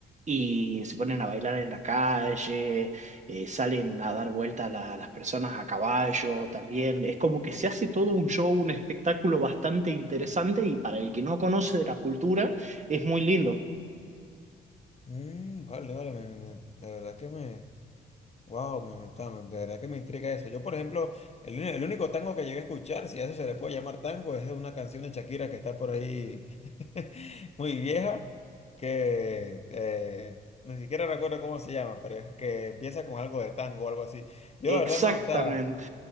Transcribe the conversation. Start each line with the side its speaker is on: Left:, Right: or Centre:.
Right: y se ponen a bailar en la calle, eh, salen a dar vueltas la- las personas a caballo también. Es como que se hace todo un show, un espectáculo bastante interesante y para el que no conoce de la cultura es muy lindo.
Left: Mm, vale, vale, me- me- de verdad que me... Wow, me, me- está- de verdad que me intriga eso. Yo, por ejemplo, el, uni- el único tango que llegué a escuchar, si a eso se le puede llamar tango, es una canción de Shakira que está por ahí <laughs> muy vieja, que eh, ni siquiera recuerdo cómo se llama, pero es que empieza con algo de tango o algo así. Yo
Right: exactamente
Left: la verdad no, o sea,